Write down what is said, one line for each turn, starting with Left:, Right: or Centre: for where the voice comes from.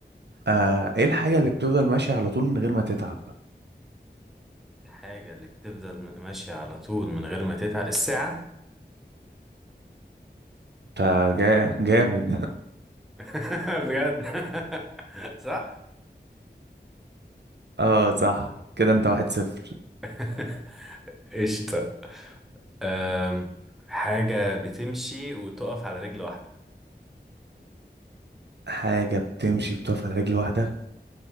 Right: آه ايه الحاجة اللي بتفضل ماشية على طول من غير ما تتعب
Centre: الحاجة اللي بتفضل م- ماشية على طول من غير ما تتعب الساعة
Right: انت جا- جامد
Centre: <laughs> بجد <laughs> صح
Right: <laughs> اه صح كده انت واحد صفر
Centre: <laughs> قشطة أم، حاجة بتمشي وتقف على رجل واحدة
Right: حاجة بتمشي بتقف على رجل واحدة